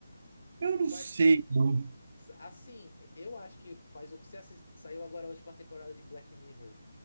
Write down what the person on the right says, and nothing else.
eu não
sei, não.